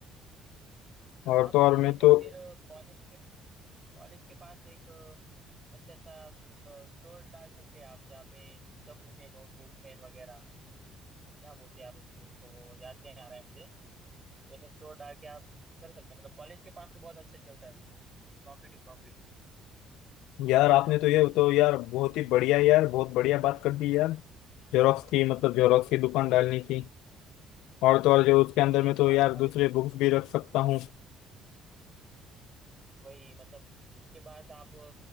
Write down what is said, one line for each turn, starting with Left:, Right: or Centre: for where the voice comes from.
Left: और
Right: आप
Left: तो और
Right: चाहे
Left: मैं
Right: तो
Left: तो
Right: फिर कॉलेज के कॉलेज के पास एक अ, अच्छा सा स्टोर डाल सकते हैं आप जहाँ पे सब मिलते हैं नोटबुक पेन वगैरह क्या बोलते हैं यार उस स्टोर को वो याद नहीं आ रहा है मुझे वैसा स्टोर डाल के आप कर सकते हैं मतलब कॉलेज के पास तो बहुत अच्छे चलता है वो प्रॉफिट ही profit
Left: यार आपने
Right: जेरॉक्स
Left: तो ये
Right: की मशीन
Left: तो यार बहुत ही बढ़िया यार बहुत बढ़िया बात कर दी यार जेरोक्स की मतलब जेरोक्स की दुकान
Right: वही
Left: डालने की और तो और जो उसके अंदर
Right: अरे
Left: में तो
Right: हमारे
Left: यार
Right: कॉलेज
Left: दूसरे बुक्स भी रख सकता हूँ
Right: वही मतलब उसके बाद आप